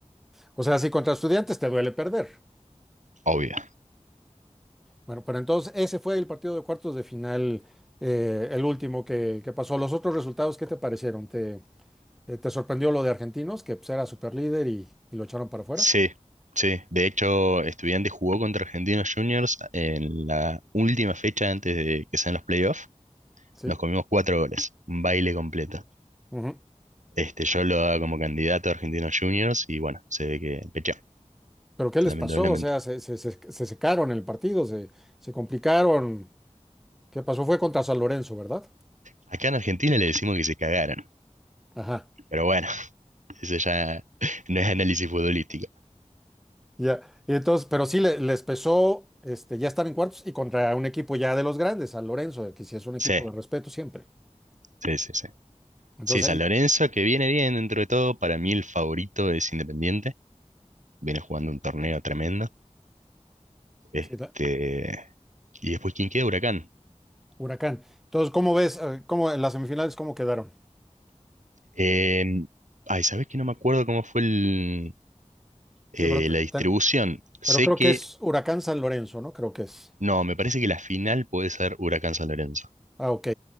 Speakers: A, in the centre; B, on the right (about 85°).
A: O sea, si contra Estudiantes te duele perder.
B: obvio.
A: Bueno, pero entonces ese fue el partido de cuartos de final, eh, el último que, que pasó. ¿Los otros resultados qué te parecieron? ¿Te, eh, te sorprendió lo de Argentinos, que pues, era superlíder y, y lo echaron para afuera?
B: Sí, sí. De hecho, Estudiantes jugó contra Argentinos Juniors en la última fecha antes de que sean los playoffs.
A: Sí.
B: Nos comimos cuatro goles, un baile completo.
A: Ujú.
B: Este, yo lo daba como candidato a Argentinos Juniors y bueno, se ve que pecheó,
A: ¿Pero qué les
B: lamentablemente.
A: pasó? O sea, se, se, se, se secaron el partido, se, se complicaron. ¿Qué pasó? Fue contra San Lorenzo, ¿verdad?
B: Acá en Argentina le decimos que se cagaron,
A: Ajá.
B: pero bueno, <laughs> eso ya no es análisis futbolístico.
A: Ya. Y entonces, pero sí le- les pesó este, ya estar en cuartos y contra un equipo ya de los grandes, San Lorenzo, que sí es un equipo
B: Sí,
A: de respeto siempre.
B: sí, sí, sí.
A: Entonces
B: Sí, San
A: ahí.
B: Lorenzo, que viene bien dentro de todo, para mí el favorito es Independiente, viene jugando un torneo tremendo. Este,
A: Sí,
B: Y después, ¿quién queda? Huracán.
A: Huracán. Entonces, ¿cómo ves? eh, ¿Cómo en las semifinales cómo quedaron?
B: Eh, ay, ¿sabés que no me acuerdo cómo fue el, eh,
A: Sí, pero, te-
B: la distribución?
A: te-
B: Sé
A: pero creo
B: que,
A: que es Huracán San Lorenzo, ¿no? Creo que es.
B: no, me parece que la final puede ser Huracán San Lorenzo,
A: Ah, ok.